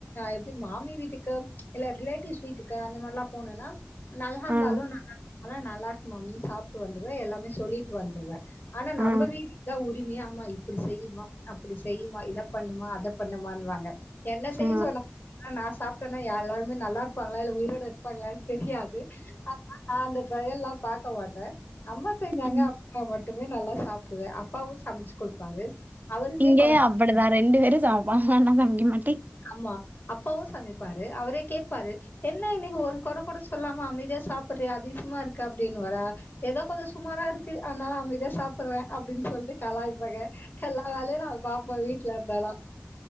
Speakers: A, on the left (about 45°); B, on the right (about 40°).
A: எப்படி மாமி வீட்டுக்கு இல்ல ரிலேட்டிவ்ஸ் வீட்டுக்கு அந்த மாரில்லா போனன்னா நல்லா இருந்தாலும்
B: ஆ,
A: நல்லா இருந்தால நல்லா இருக்கு மாமின்னு சாப்ட்டு வந்துருவே எல்லாமே சொல்லிட்டு வந்துருவேன் ஆனா நம்ம
B: ஆ,
A: வீட்டுதான் உரிமையா அம்மா அப்டி செய்யுமா அப்டி செய்யுமா இத பண்ணுமா அத பண்ணுமான்வாங்க என்ன செய்ய
B: ஆ.
A: சொன்ன நான் சாப்ட்டேன்னா எல்லாருமே நல்லா இருப்பாங்களா இல்ல உயிரோட இருப்பாங்களா தெரியாது அ அந்த ட்ரயல்லா பாக்க மாட்ட அம்மா செஞ்சாங்க
B: ம்.
A: அப்டினா மட் டுமே நல்லா சாப்டுவ அப்பாவு சமைச்சு குடுப்பாரு அவருமே
B: இங்கயு
A: கொற சொ
B: அப்டிதா ரெண்டு பேரு சமைப்பாங்க நா சமைக்க மாட்டே
A: ஆமா அப்பாவு சமைப்பாரு அவரே கேப்பாரு என்ன இன்னைக்கு ஒரு கொற கூட சொல்லாம அமைதியா சாப்ட்றியே அதிசயமா இருக்கு அப்டின்னு வாரா எதோ கொஞ்சோ சுமாரா இருக்கு அதனால அமைதியா சாப்புட்ற அப்டின் சொல்ட்டு கலாய்பாங்க எல்லா வேலையு நா பாப்ப வீட்ல இருந்தாலா